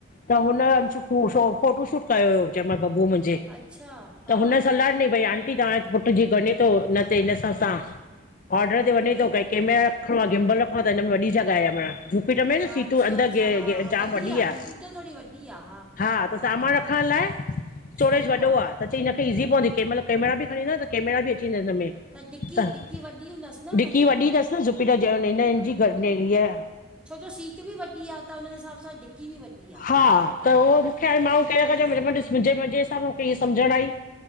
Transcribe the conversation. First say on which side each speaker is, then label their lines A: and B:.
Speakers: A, on the left; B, in the centre.
A: त हुन फोटो शूट कयो हुयो चयमास बबू मुंहिंज जे,
B: अच्छा हा
A: त हुन सलाह ॾिनी आंटी तहां पुट जी खणे थो न ते हिनसा असां ऑर्डर ते वञे तो कै केमेरा रखणो आ गिमबल रख हो त हिनमे में वॾी जॻह आ पाण। हिन में न
B: हा
A: सीटूं,
B: अच्छा
A: अंदरि
B: अच्छा हा हा
A: जाम वॾी
B: आहे
A: आ
B: जुपिटर थोरी वॾी आहे
A: हा त सामानु रखण लाइ स्टोरेज
B: सवलो
A: वॾो
B: आहे
A: आ त चई हिनखे ईज़ी
B: हम्म
A: पवंदी केंह महिल कैमरा खणीं वेंदा न त कैमर बि अची वेंदा हिन में। त
B: डिकी डिकी वॾी हूंदसि न
A: डिकी
B: हुनजी
A: वॾी अथसि न जुपीटर जे हिन जी गरेरी आ
B: छो जो सीट बि वॾी आ त हुन हिसाब सां ढिकी बि वॾी आ।
A: हा त उहो मुखे हाणे माण्हू कहिड़ क ॾिस मुहिंजे मुहिंजे सामू कीअं सम्झण आई।